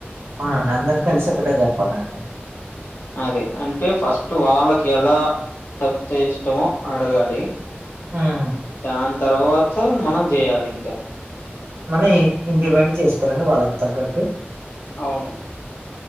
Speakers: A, on the right; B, on the left.
A: అవునండి అందరు కలిసి ఒకటే చెప్పాలండి
B: అది అంటే ఫస్ట్ వాళ్ళకి ఎలా చెప్త ఇష్టమో అడగాలి
A: ఆ
B: దాని తర్వాత మనం చేయాలి ఇంకా
A: మనం ఇంప్లిమెంట్ చేసుకోవాలండి వాళ్ళకి తగ్గట్టు
B: అవును